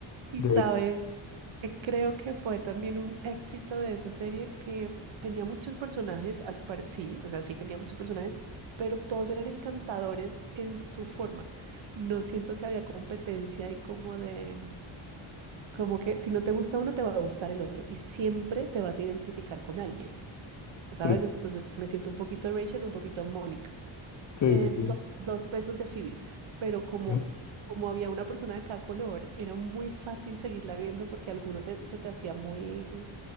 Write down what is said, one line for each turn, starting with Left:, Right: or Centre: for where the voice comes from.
Right: Y
Left: de...
Right: sabes, Eh, Creo que fue también un éxito de esa serie que tenía muchos personajes, al pare sí, o sea, sí tenía muchos personajes, pero todos eran encantadores en su forma. No siento que había competencia y como de, como que si no te gusta uno, te va a gustar el otro y siempre te vas a identificar con alguien, ¿sabes?
Left: Sí,
Right: Entonces me siento un poquito Rachel, un poquito Mónica
Left: sí,
Right: eh,
Left: sí, sí.
Right: dos, dos pesos de Phoebe, pero como,
Left: sí.
Right: como había una persona de cada color, era muy fácil seguirla viendo porque alguno te- se te hacía muy,